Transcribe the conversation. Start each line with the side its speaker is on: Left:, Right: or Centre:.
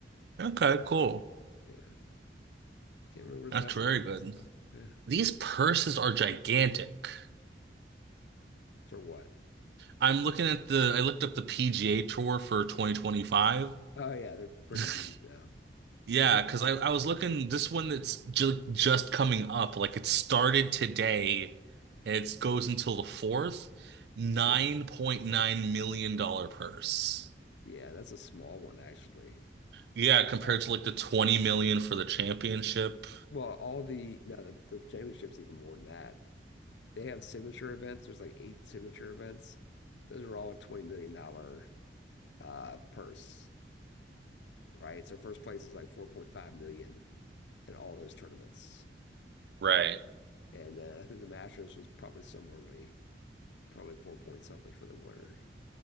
Right: Okay, cool.
Left: Yeah, can't remember what
Right: That's
Left: his last
Right: very
Left: name
Right: good.
Left: was though. Yeah,
Right: These purses are gigantic.
Left: for what?
Right: I'm looking at the, I looked up the PGA Tour for 2025.
Left: Oh yeah, they're pretty
Right: <laughs>
Left: huge now.
Right: Yeah,
Left: I think-
Right: because
Left: that-
Right: I, I was looking this one that's ju just coming up. Like it started today and it goes until the fourth. $9.9
Left: Yeah,
Right: million dollar purse.
Left: yeah, that's a small one actually.
Right: Yeah, compared
Left: Uh,
Right: to like the 20 million for the championship.
Left: well, all the no, the, the championship's even more than that. They have signature events. There's like eight signature events. Those are all a $20 million dollar uh purse, right? So first place is like 4.5 million in all those tournaments.
Right: Right,
Left: And then I think the Masters was probably similarly, probably four point something for the winner.